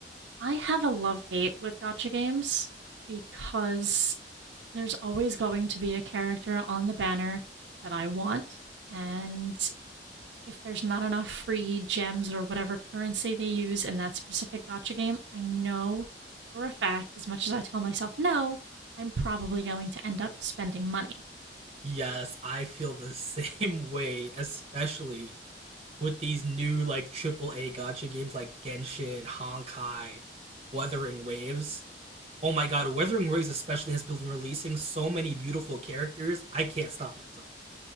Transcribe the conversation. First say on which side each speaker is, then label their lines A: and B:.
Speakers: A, on the right; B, on the right.
A: I have a love hate with gotcha games because there's always going to be a character on the banner that I want. And if there's not enough free gems or whatever currency they use in that specific gotcha game, I know for a fact, as much as I tell myself no, I'm probably going to end up spending money.
B: Yes, I feel the <laughs> same way, especially with these new like triple A gotcha games like Genshin, Honkai, Wuthering Waves. Oh my god, Wuthering Waves especially has been releasing so many beautiful characters. I can't stop myself.